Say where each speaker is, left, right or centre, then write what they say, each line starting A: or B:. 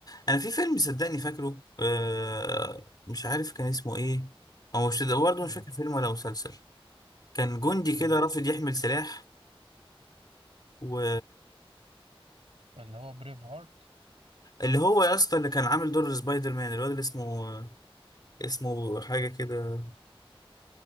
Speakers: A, on the left; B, on the right.
A: أنا في فيلم صدقني فاكره آه مش عارف كان اسمه إيه هو مش ده برضه
B: مم.
A: مش فاكر فيلم ولا مسلسل كان جندي
B: مم.
A: كده رافض يحمل سلاح و
B: اللي هو بريف هارت
A: اللي هو يا اسطى اللي كان عامل دور سبايدر مان الواد اللي اسمه اسمه حاجة كده